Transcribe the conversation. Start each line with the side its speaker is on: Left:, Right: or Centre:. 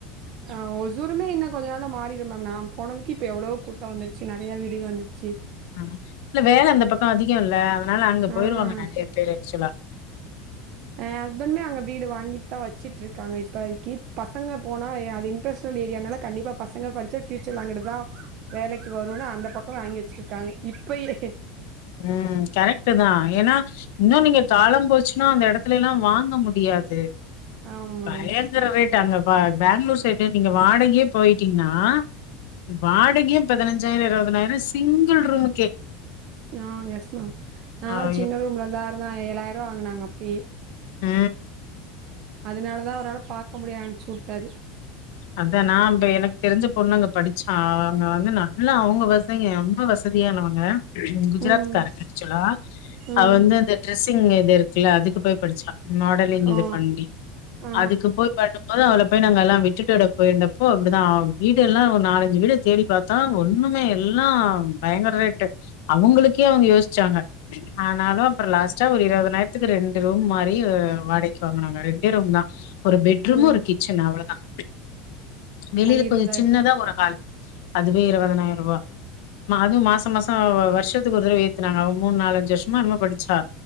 Right: ஆ ஒசூருமே இன்னு கொஞ்ச நாள்ல மாறிடும் மேம் நா போனதுக்கு இப்ப எவ்வளோ கூட்டோ வந்துருச்சி நறையா வீடுக வந்துரு ச்சி
Left: ஆ இல்ல வேல அந்த பக்கோ அதிகோ இல்ல அதனால அங்க போயிருவாங்க
Right: ஆ
Left: நறையா பேரு ஆக்சுவலா
Right: ஏ ஹஸ்பண்மே அங்க வீடு வாங்கிட் தா வச்சிட்ருக்காங்க இப்பதிக்கி பசங்க போனா யா அது இன் ட்டரஸ்டல் ஏரியானால கண்டிப்பா பசங்க படிச்சா பியூச்சர்ல அங்குட்டுதா வேலைக்கு வரூன்னு அந்த பக்கோ வாங்கி வெச்சிருக்காங்க இப்பயே
Left: ம் கரெக்ட்டு தா ஏன்னா இன்னோ நீங்க காலம் போச்சின்னா அந்த எடத்துலல்லா வாங்க முடியாது
Right: ஆமாம்
Left: பயங்கர ரேட் அங்க ப பேங்களூர் சைடு நீங்க வாடகையே போயிட்டீங்ன்னா வாடகையே பதினஞ்சாயிரம் இருபதனாயிரம் சிங்குள் ரூமுக்கே
Right: ஆ எஸ் மேம் நாங்க
Left: ஐயோ!
Right: சின்ன ரூம்ல தா இருந்த ஏழாயிரம் வாங்குனாங்க அப்பய
Left: அ
Right: அதனால தா அவராள பாக்க முடியாது அனுச்சி விட்டாரு
Left: அத்தா நா இ எனக்கு தெரிஞ்ச பொண்ணுங்க படிச்சா அவுங்க வந்து நல்லா அவுங்க வசிங்க ரொம்ப வசி சதியானவுங்க குஜராத்
Right: ம்
Left: காரங்க ஆக்சுலா
Right: ம்
Left: அவ வந்து இந்த ட்ரெஸ்ஸிங் இது இருக்குல்ல அதுக்கு போய் படிச்சா மாடலிங் இது
Right: ஓ
Left: பண்ணி
Right: ஆ
Left: அதுக்கு போய் பண்ணும் போது அவள போய் நாங்கல்லா விட்டு வீட்டோட போயிருந்தப்போ அப்படிதா வீடுல்லா ஒரு நாலஞ்சி வீட தேடி பாத்தா ஒண்ணுமே எல்லா பயங்கர ரேட்டு அவுங்களுக்கே அவுங்க யோச்சாங்க ஆனாலு அப்புற லாஸ்ட்டா ஒரு இருபது நாயிரத்துக்கு ரெண்டு ரூம் மாரி வாடைக் வாங்கனாங்க ரெண்டே ரூம் தா ஒரு பெட்ரூம்
Right: ம்
Left: ஒரு கிச்சன் அவ்வளோதான் வெளியில
Right: அது இருவதாயிரூபா
Left: கொஞ்சம் சின்னதா ஒரு ஹால் அதுவே இருவதனாயிரூபா அதுவும் மாசொ மாசொ வருஷத்துக்கு ஒரு தடவ ஏத்துனாங்க அவன் மூணு நாலஞ்சு வருஷமா என்னமோபடிச்சா